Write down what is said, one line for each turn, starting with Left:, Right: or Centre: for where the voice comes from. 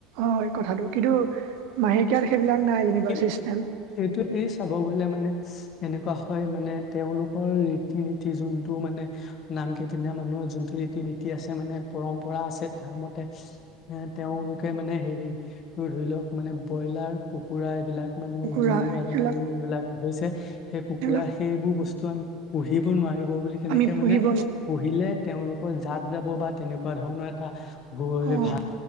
Right: হয় কথাটো, কিন্তু মাহেকীয়াত সেইবিলাক নাই যেনিবা
Left: সেই-
Right: ছিষ্টেম
Left: সেইটো- সেই চাব গ'লে মানে এনেকুৱা হয়, মানে তেওঁলোকৰ ৰীতি-নীতি যোনটো মানে, নামকীৰ্তনীয়া মানুহৰ যোনটো ৰীতি-নীতি আছে, মানে পৰম্পৰা আছে। তাৰ মতে এ তেওঁলোকে মানে হেৰি ধৰি লওঁক, মানে ব্ৰইলাৰ, কুকুৰা এইবিলাক মানে
Right: কুকুৰা
Left: যোনবোৰ আজিকালি
Right: সেইবিলাক
Left: এইবিলাক হৈছে সেই কুকুৰা,
Right: সেইবিলাক
Left: সেইবোৰ বস্তু আ- পুহিব নোৱাৰিব বুলি তেনেকে
Right: আমি পুহিব
Left: মানে পুহিলে তেওঁলোকৰ জাত যাব বা তেনেকুৱা ধৰণৰ এটা ভু-
Right: নোৱাৰোঁ
Left: এ
Right: অঁ
Left: ভা